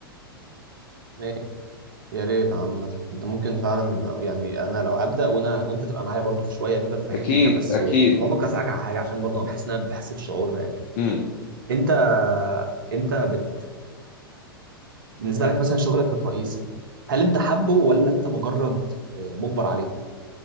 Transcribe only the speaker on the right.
ماشي، يا ريت عامة انت ممكن فعلا لو يعني انا لو ابدا وانا وانت تبقى معايا برضه في شويه كده تفهمني
كام اساسيات
المهم كنت عايز اسالك على حاجه عشان برضه انا بحس ان انا بحس بالشعور ده يعني
انت انت بت بالنسبه لك مثلا شغلك الرئيسي هل انت حابه ولا انت مجرد آه، مجبر عليه